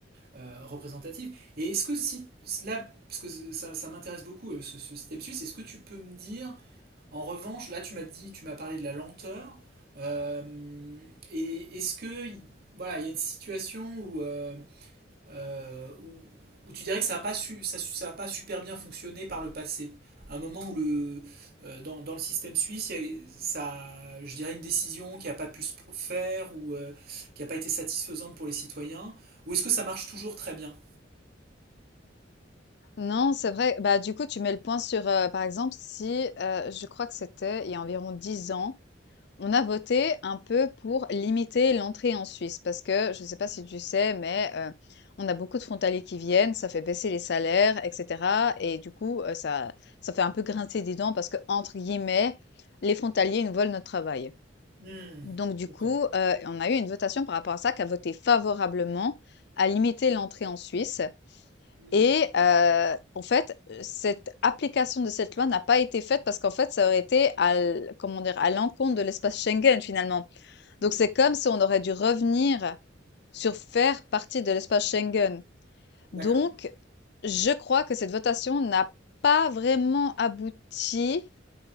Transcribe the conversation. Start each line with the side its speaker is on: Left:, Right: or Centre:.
Right: euh, représentative. Et est-ce que si là, parce que ça, ça m'intéresse beaucoup euh, ce, ce système suisse, est-ce que tu peux me dire, en revanche, là tu m'as dit, tu m'as parlé de la lenteur, euh, et est-ce que voilà, il y a une situation où euh, euh, où, où tu dirais que ça n'a pas, su, ça, ça a pas super bien fonctionné par le passé. À un moment où le, euh, dans, dans le système suisse, il y a, ça, je dirais une décision qui n'a pas pu se faire ou euh, qui n'a pas été satisfaisante pour les citoyens, ou est-ce que ça marche toujours très bien?
Left: Non, c'est vrai. Bah, du coup, tu mets le point sur, euh, par exemple, si euh, je crois que c'était il y a environ 10 ans, on a voté un peu pour limiter l'entrée en Suisse parce que je ne sais pas si tu sais, mais euh, on a beaucoup de frontaliers qui viennent, ça fait baisser les salaires, etc. Et du coup, euh, ça, ça fait un peu grincer des dents parce que entre guillemets, les frontaliers nous volent notre travail.
Right: Hmm.
Left: Donc du
Right: D'accord.
Left: coup, euh, on a eu une votation par rapport à ça qui a voté favorablement à limiter l'entrée en Suisse.
Right: Hmm.
Left: Et heu, en fait, cette application de cette loi n'a pas été faite parce qu'en fait, ça aurait été à l comment dire? À l'encontre de l'espace Schengen, finalement.
Right: hmm,
Left: Donc c'est comme si on aurait dû revenir sur faire partie de l'espace Schengen.
Right: D'accord.
Left: Donc je crois que cette votation n'a pas vraiment abouti